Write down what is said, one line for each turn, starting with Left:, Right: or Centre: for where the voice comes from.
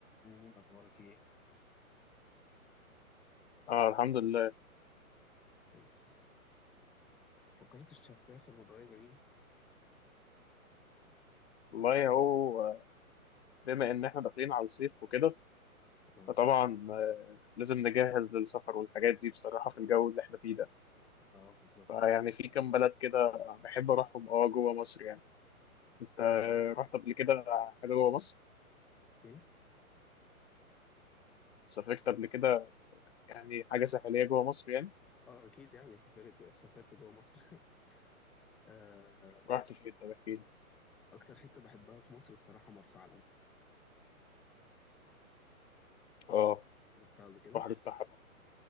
Centre: أمين أخبارك إيه؟
Left: اه الحمد لله
Centre: كويس فكرتش هتسافر من قريب أمين؟
Left: والله هو بما ان احنا داخلين على الصيف وكده
Centre: آه
Left: فطبعا آه، لازم نجهز للسفر والحاجات دي بصراحة في الجو اللي احنا فيه ده
Centre: آه، بالظبط
Left: فيعني في كام بلد كده بحب اروحهم اه جوه مصر يعني انت
Centre: جوه مصر
Left: رحت قبل كده حاجة جوه مصر
Centre: فين؟
Left: سافرت قبل كده يعني حاجة ساحلية جوه مصر يعني
Centre: آه أكيد يعني سافرت سافرت جوه مصر <laughs> آه
Left: رحت فين طب احكي لي
Centre: أكتر حتة بحبها في مصر الصراحة مرسى علم
Left: اه
Centre: رحتها قبل كده
Left: البحر بتاعها طبعا